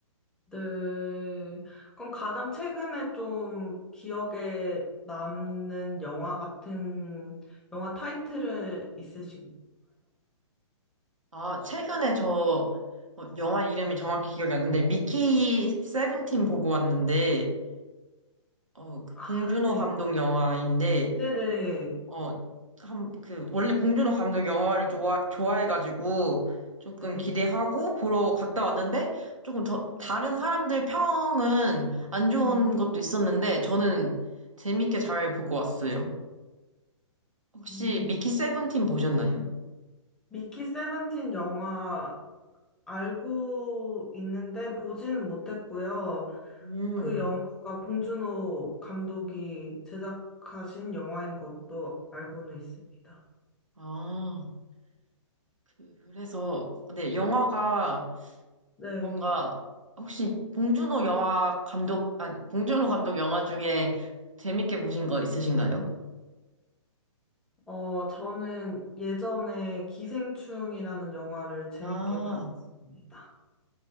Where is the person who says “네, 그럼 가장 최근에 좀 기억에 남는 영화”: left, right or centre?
Centre